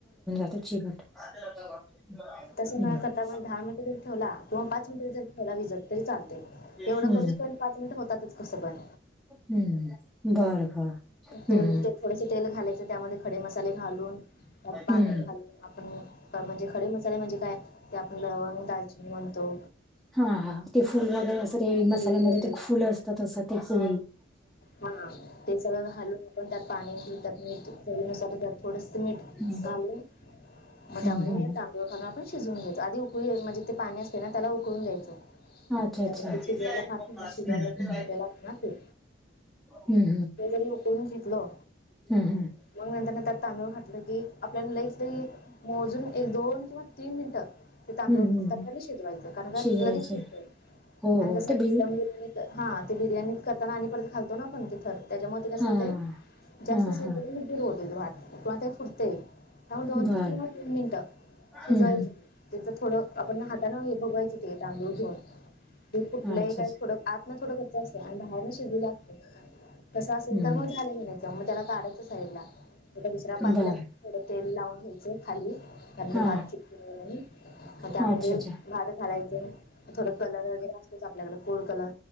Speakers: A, in the centre; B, on the left.
A: ट ह.
B: तसं न करता दहा मिनटरी ठेवला क पाच मिनटरीेवला विजतरी चालवढं
A: हम्म
B: करू. पाच मिनट होतात. कस पण
A: हम्म बर बर हम्म.
B: तेल ते थोडस तेल घालायचं त्यामध्ये खडे मसाले घालून त्यात पाणी
A: हम्म
B: घालून आपण म्हणजे खडे मसाले म्हणजे काय? ते आपण लवंग दाजी म्हणतो.
A: हाा ते फुल वगैरे असं ते
B: पूड
A: मसाल्यामध्ये
B: वगैरे
A: ते फुल असतात तसं ते फुल
B: हा ते सगळं घालून आपण त्यात पाणी घऊतात मीनुसार थोडस मीठ
A: हम्म
B: घालून मग
A: हम्म
B: त्यामध्ये
A: हम्म
B: येत. ा आपण शिजून घयचो आध उकळी म्हणज ते पाणी असते ना त्याला उकळून द्यायचं.
A: अच्छा
B: त्या
A: अच्छा हम्म
B: शिजवायला भात शिजवायला्यालाच ना ते
A: हम्म
B: री उकून शिकलो.
A: हम हम.
B: मग नंतर त्यात तांदूळ घातलं की आपल्याला लईफ मोजूंन एक दोन किंवा तीनं मिनिटं ते तांदूळ
A: हम्म
B: फक्तं
A: हम्म
B: पणं शिजवांयचें कारणं कां
A: शिजवायचे
B: लगेचंत
A: हो
B: आणि
A: हो
B: कसं
A: ते भिज
B: हां ते बिर्याणी करतांना आणि परतं खालतो नां आपणं तिखंट त्यांच्यामुळे ते कसं
A: हा
B: होतं जास्तं
A: हा हा
B: गिर होतं वाट किंवा ते फुटतेयं त्यामुळें दोन
A: बर
B: तं तीनं मिनटं शिजवायंचे
A: हम्म हम्म.
B: त्यांचं थोडं आपणं हातांन हे बघायचं ते तांदूळ घेऊन ते कुठलंही
A: अच्छा
B: कायं
A: अच्छा
B: आंत नां थोडं कंच असते आणि बाहेरणं शि शिजलेल असते तसं झालेलं
A: हम्म
B: मन झालेलं त्यांला काढायचं सां दुसऱ्यां पात्यांला
A: बर
B: थोडं तेल लावूंन घ्यांयचं खांली त्यांनंतर
A: हा
B: भांत चीपकू नये म्हणून मंग त्यांमध्ये
A: हा अच्छा अच्छा
B: भात घालायचं थोडं कलर वगैरें असतोचं आपल्यांकडे फूड कलर